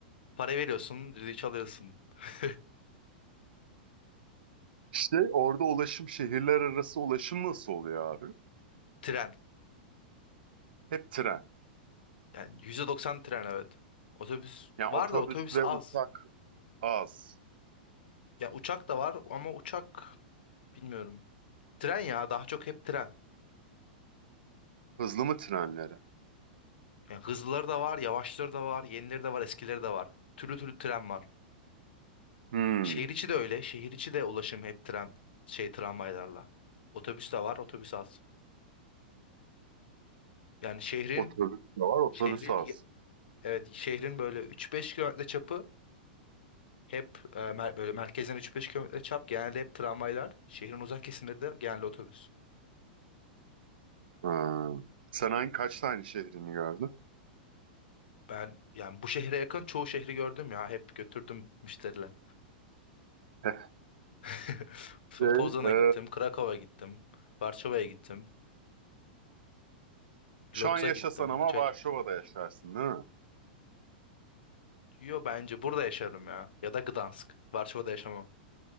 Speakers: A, on the left (about 85°); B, on the right (about 85°).
A: Para veriyorsun, düdüğü alıyorsun. <laughs>
B: İşte orada ulaşım, şehirler arası ulaşım nasıl oluyor abi?
A: Tren.
B: Hep tren.
A: Yani yüzde doksan tren evet. Otobüs
B: Yani
A: var
B: otobüsle
A: da otobüs az.
B: uçak Az.
A: Ya uçak da var ama uçak bilmiyorum. Tren ya daha çok hep tren.
B: Hızlı mı trenleri?
A: Yani hızlıları da var, yavaşları da var, yenileri de var, eskileri de var. Türlü türlü tren var.
B: Hmm.
A: Şehir içi de öyle. Şehir içi de ulaşım hep tren şey tramvaylarla. Otobüs de var, otobüs az. Yani şehrin
B: Otobüs de var, otobüs
A: şehrin
B: az.
A: ye- evet şehrin böyle üç beş kilometre çapı hep e, mer- böyle merkezden üç beş kilometre çap genelde hep tramvaylar. Şehrin uzak kesiminde de genelde otobüs.
B: Ha. Sen hangi kaç tane şehrini gördün?
A: Ben yani bu şehre yakın çoğu şehri gördüm ya. Hep götürdüm müşteriler.
B: <laughs>
A: <laughs> Son
B: Şey,
A: Poznan'a
B: e,
A: gittim, Krakow'a gittim, Varşova'ya gittim,
B: şu
A: Lodz'a
B: an yaşasan
A: gittim,
B: ama
A: Buç'a
B: Varşova'da
A: gittim.
B: yaşarsın değil mi?
A: Yo bence burada yaşarım ya. Ya da Gdansk. Varşova'da yaşamam.